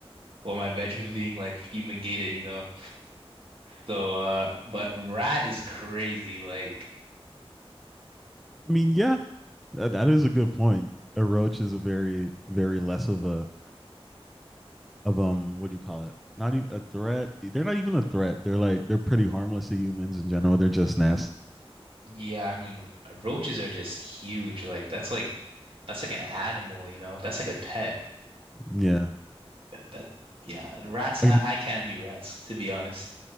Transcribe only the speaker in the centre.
I mean, yeah, that, that is a good point. A roach is a very very less of a of um what do you call it? Not even a threat. They're not even a threat. They're like they're pretty harmless to humans in general. They're just nasty.
Yeah.
Oh, you mean